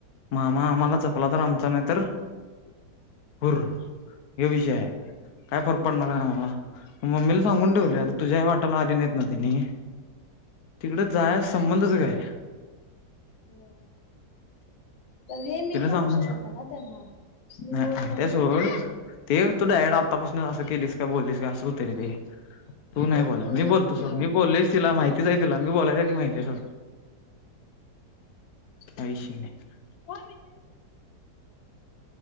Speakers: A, on the left; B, on the left.
A: मामा आम्हाला जपला तर आमचा नाही तर भूर ह्यो विषय हाय.
B: हम्म.
A: फरक पडणाराय आम्हाला मम्मीला सांगून
B: होयच
A: ठेवलय आता
B: की
A: तुझ्या वाट याला नाहीत ना त्यनी तिकड जायस संबंधच काय?
B: ह. तर हे मी
A: तिला
B: बोलू
A: सांगून
B: शकत नाही ना त्यांना मी
A: नाही
B: होय म्हणलो.
A: ते सोड ते तू डायरेक्ट आत्तापासून असं केलीस का बोललीस का असं होतंय रे ते. तू नाही
B: तेच
A: बोलाय
B: की
A: मी
B: होय
A: बोलतो
B: म्हणलं
A: सोड मी बोललेस तिला माहिती तिचय तिला मी बोलायच्या आधीच माहिती आहे सोड काही ईषय नाही. हो